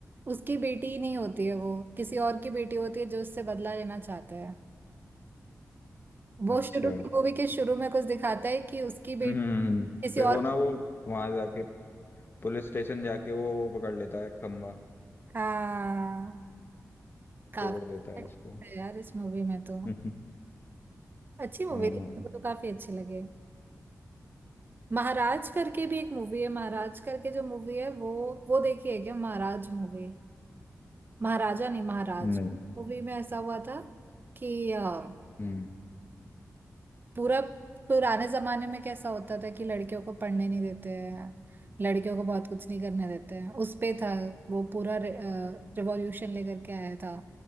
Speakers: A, on the right (about 35°); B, on the left (about 40°).
A: उसकी बेटी ही नहीं होती है वो किसी और की बेटी होती है जो उससे बदला लेना चाहता है वो
B: अच्छा
A: शुरू
B: हम्म
A: की मूवी के शुरू में कुछ दिखाता है कि उसकी बेटी
B: हम्म, हम्म।
A: किसी
B: फिर
A: और
B: वो ना वो वहां जाके पुलिस स्टेशन जाके वो वो पकड़ लेता है खंबा
A: हाँ काफी
B: तोड़ देता है
A: अच्छा
B: उसको
A: है यार इस मूवी में तो
B: <laughs>
A: अच्छी मूवी
B: हाँ
A: थी
B: हाँ
A: मुझे तो काफी अच्छी लगे महाराज करके भी एक मूवी है महाराज करके जो मूवी है वो वो देखी है क्या महाराज मूवी महाराजा नहीं महाराज
B: नहीं
A: मूवी में ऐसा हुआ था कि अ,
B: हम्म
A: पूरा पुराने जमाने में कैसा होता था कि लड़कियों को पढ़ने नहीं देते हैं लड़कियों को बहुत कुछ नहीं करने देते हैं उस पे था वो पूरा रिवॉल्यूशन लेकर के आया था